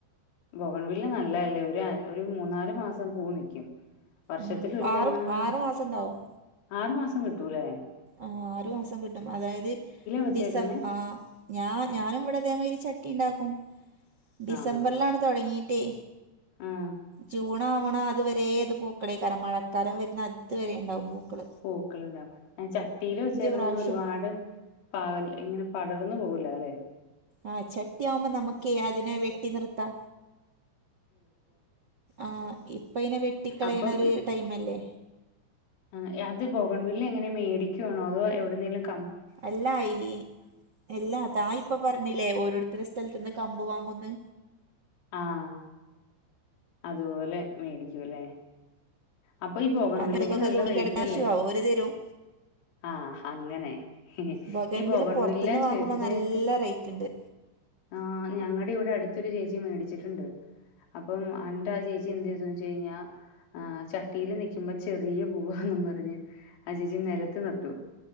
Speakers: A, on the left (about 80°); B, on the right (about 85°).
A: ബോഗൺ വില നല്ലത്ല്ലേ ഒരു ഒരു മൂന്നാല് മാസം പൂ നിക്കും വർഷത്തില്
B: ഉം
A: ഒരു
B: ആറ്
A: തവണ അത്
B: ആറ് മാസം ഉണ്ടാവും
A: ആറു മാസം കിട്ടൂല്ലേ
B: ആഹ് ആറു മാസം കിട്ടും അതായത്
A: വെച്ചേക്കുന്നേ?
B: ഡിസം ആഹ് ഞാ ഞാനും ഇവിട ഇതേമാതിരി ചട്ടി ഉണ്ടാക്കും ഡിസംബറിലാണ്
A: ആഹ്.
B: തൊടങ്ങിട്ടേ
A: ആഹ്.
B: ജൂൺ ആഹ് ആവണ അതുവരെ ത് പൂക്കളേകാരം മഴക്കാലം വരുന്ന അതുവരെ ഉണ്ടാവും പൂക്കൾ
A: പൂക്കൾണ്ടാവും ചട്ടിയില് വെച്ചേത
B: പ്രാവശ്യം
A: കൊണ്ട് ഒരുപാട് പാകൽ ഇങ്ങനെ പടർന്നു പോകൂല ല്ലെ
B: ആഹ് ചട്ടിയാവുമ്പോ നമുക്കേ അതിനെ വെട്ടി നിർത്താ ആഹ് ഇപ്പയ്നെ വെട്ടിക്കളയ്ണ
A: അപ്പം
B: ഒരു
A: ഇ
B: ടൈം അല്ലേ
A: ആഹ് അത് ബോഗൺവില്ല എങ്ങനെ മേടിക്കുയാണോ അതോ എവിടെന്നെങ്കിലും
B: അല്ലാ ഇ എല്ലാ താ ഇപ്പൊ പറഞ്ഞില്ലേ ഓരോരുത്തരു സ്ഥൽത്ത്ന്ന് കമ്പ് വാങ്ങുന്ന്
A: ആഹ് അതുപോലെ മേടിക്കൂല്ലേ അപ്പൊ ഈ ബോഗൻ
B: അതൊക്കൊക്കെ
A: വില്ലക്ക് നല്ല
B: തൂങ്ങിക്കിടക്കാൻ
A: റേറ്റ്ല്ലേ
B: ഇഷ്യുവാവും ഓര് തരും
A: ആഹ് അങ്ങനെ
B: ബൊഗൻവില്ല
A: ഈ ബോഗൻ
B: പുറത്തുന്ന്
A: വില്ല ചെടിയായിട്ട്
B: വാങ്ങുമ്പോ നല്ല റേറ്റ് ഉണ്ട്
A: ആഹ് ഞങ്ങളുടെ ഇവിടെ അടുത്തൊരു ചേച്ചി മേടിച്ചിട്ടുണ്ട് അപ്പം അന്റെ ചേച്ചി എന്ത് ചെയ്തു വെച്ച കഴിഞ്ഞാൽ ആഹ് ചട്ട ട്ടില് നിക്കുമ്പോ ചെറിയ പൂവാന്നും പറഞ്ഞ് അ ചേച്ചി നിലത്ത് നട്ടു